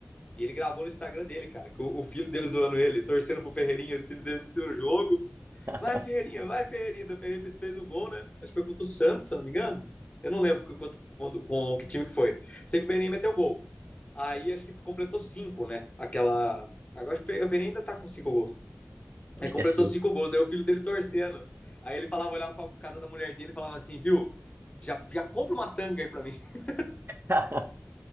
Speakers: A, on the left; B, on the right.
A: E ele gravou no Instagram dele, cara, com o filho dele zoando ele, torcendo pro Ferreirinha, o filho dele assistiu o jogo.
B: <laughs>
A: Vai, Ferreirinha, vai, Ferreirinha. O Ferreirinha fez um gol, né? Acho que foi contra o Santos, se eu não me engano. Eu não lembro quanto, quando, com que time que foi. Sei que o Ferreirinha meteu gol. Aí acho que completou cinco, né? Aquela. Agora acho que o Ferreirinha ainda tá com cinco gols.
B: Acho
A: Aí completou
B: que é cinco.
A: cinco gols, daí o filho dele torcendo. Aí ele falava, olhava pra cara da mulher dele e falava assim, viu? Já, já compra uma tanga aí pra mim. <laughs>
B: <laughs>